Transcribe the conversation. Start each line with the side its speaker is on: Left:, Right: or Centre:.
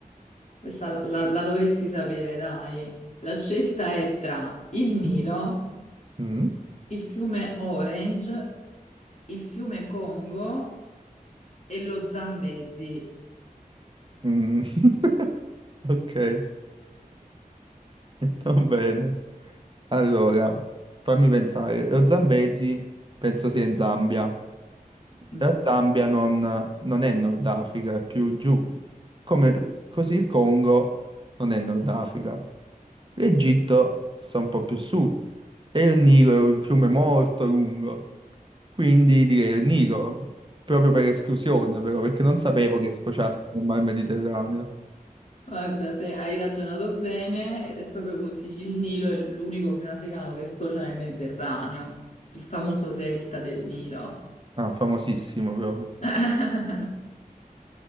Left: Questa la, la- la dovresti sapere, dai. La scelta è tra il Nilo,
Right: mm,
Left: il fiume Orange, il fiume Congo e lo Zambezi.
Right: mm. <laughs> Ok. <laughs> Va bene. Allora, fammi pensare. Lo Zambezi penso sia in Zambia.
Left: Mm.
Right: La Zambia non, non è Nord Africa, è più giù. Come, così il Congo non è Nord Africa. L'Egitto sta un po' più su. E il Nilo è un fiume molto lungo. Quindi direi il Nilo, proprio per esclusione, però, perché non sapevo che sfociasse nel Mar Mediterraneo.
Left: Guarda, se hai ragionato bene, ed è proprio così, il Nilo è l'unico fiume africano che sfocia nel Mediterraneo, il famoso delta del Nilo.
Right: Ah, famosissimo proprio.
Left: <laughs>